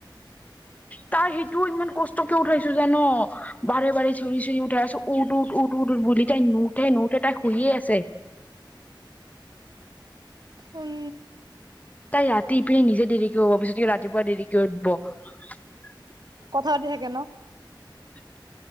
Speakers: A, on the left (about 20°); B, on the right (about 55°).
A: তাই সেইটো ইমান কষ্টকে উঠাইছো জান, বাৰে বাৰে চিঞৰি চিঞৰি উঠাই আছো উঠ উঠ উঠ উঠ বুলি, তাই নুওঠে নুঠে তাই শুইয়ে আছে
B: উম
A: তাই ৰাতি পিনে নিজে দেৰিকে শুব বিচাৰে ৰাতিপুৱা দেৰিকে উঠব
B: কথা পাতি থাকে ন
A: <unintelligible>